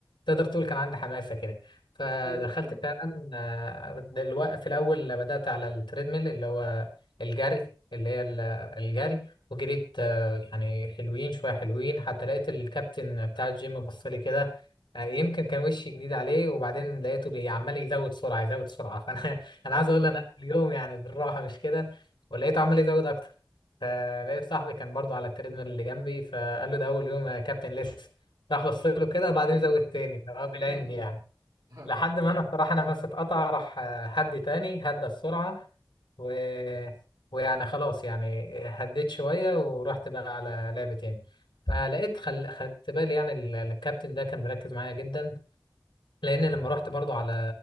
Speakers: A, on the left; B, on the right.
A: تقدر تقول كان عندي حماسة كده فدخلت
B: بالظبط فاهم
A: فعلا آه، دلوقتي في الأول بدأت على التريدميل اللي هو الجري اللي هي ال- الجري وجريت آه، يعني حلوين شوية حلوين حتى لقيت الكابتن بتاع الجيم بص لي كده آه، يمكن كان وشي جديد عليه وبعدين لقيته بي- عمال يزود سرعة يزود سرعة <laughs> فأنا أنا
B: ايوه
A: عايز أقول له أنا قبل اليوم يعني بالراحة مش كده ولقيته عمال يزود أكتر فلقيت صاحبي كان برضه على التريدميل اللي جنبي فقال له ده أول يوم يا كابتن لسه راح بص له كده وبعدين
B: ايوه
A: زود تاني اللي هو بالعند
B: <laughs>
A: يعني
B: ايوه
A: لحد ما انا بصراحه نفسي اتقطع راح آه، هدي تاني هدى السرعه و... ويعني خلاص يعني هديت شويه ورحت بقى على لعبه تاني فلقيت خل... خدت بالي يعني ال- الكابتن ده كان مركز معايا جدا لان لما رحت برضو على